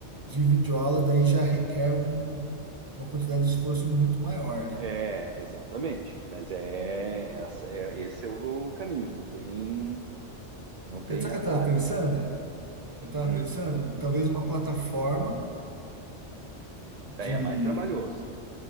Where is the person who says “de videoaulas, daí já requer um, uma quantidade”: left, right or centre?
Right